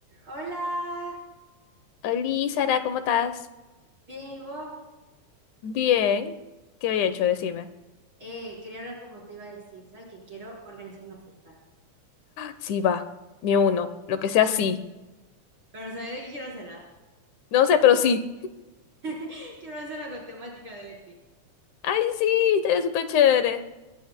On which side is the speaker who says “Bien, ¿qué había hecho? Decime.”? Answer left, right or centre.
Left